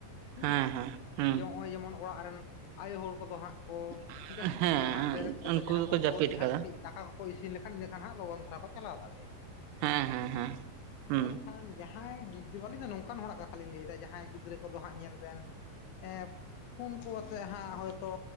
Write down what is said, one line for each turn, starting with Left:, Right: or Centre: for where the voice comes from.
Left: ᱦᱩᱸ
Right: ᱦᱮᱸ ᱦᱮᱸ ᱦᱩᱸ
Left: ᱡᱮ ᱱᱚᱜᱼᱚᱭ ᱡᱮᱢᱚᱱ ᱚᱲᱟᱜ ᱨᱮᱱ ᱟᱭᱳ ᱦᱚᱲ ᱠᱚᱫᱚ ᱦᱟᱸᱜ? ᱠᱚ
Right: <unintelligible>
Left: ᱡᱟᱹᱯᱤᱫ
Right: ᱦᱮᱸ
Left: ᱠᱮᱜᱼᱟ ᱦᱟᱸᱜ ᱵᱮᱨᱮᱫ ᱠᱟᱛᱮᱫ
Right: ᱩᱱᱠᱩ
Left: ᱡᱟᱦᱟᱸ
Right: ᱜᱮᱠᱚ
Left: ᱫᱚ
Right: ᱡᱟᱹᱯᱤᱫ
Left: ᱵᱷᱳᱨ ᱛᱮ
Right: ᱟᱠᱟᱫᱟ
Left: ᱦᱟᱸᱜ ᱠᱟᱹᱡ ᱫᱟᱠᱟ ᱠᱚᱠᱚ ᱤᱥᱤᱱ ᱞᱮᱠᱷᱟᱱ ᱤᱱᱟᱹᱠᱷᱟᱱ ᱦᱟᱸᱜ ᱞᱚᱜᱚᱱ ᱫᱷᱟᱨᱟ ᱠᱚ ᱪᱟᱞᱟᱣ ᱫᱟᱲᱮᱭᱟᱜᱼᱟ ᱾
Right: ᱦᱮᱸ ᱦᱮᱸ
Left: ᱦᱩᱸ
Right: ᱦᱮᱸ ᱦᱩᱸ
Left: ᱢᱮᱱᱠᱷᱟᱱ ᱾ ᱡᱟᱦᱟᱸᱭ ᱜᱤᱫᱽᱨᱟᱹ ᱵᱟᱞᱤᱧ ᱞᱟᱹᱭᱫᱟ ᱱᱚᱝᱠᱟᱱ ᱦᱚᱲᱟᱜ ᱠᱟᱛᱷᱟ ᱞᱤᱧ ᱞᱟᱹᱭᱫᱟ ᱡᱟᱦᱟᱸᱭ ᱜᱤᱫᱽᱨᱟᱹ ᱠᱚᱫᱚ ᱦᱟᱸᱜ ᱧᱮᱞ ᱵᱮᱱ ᱮᱸ᱾ ᱯᱷᱳᱱ ᱠᱚ ᱟᱛᱮᱜ ᱦᱟᱸᱜ ᱦᱳᱭᱛᱳ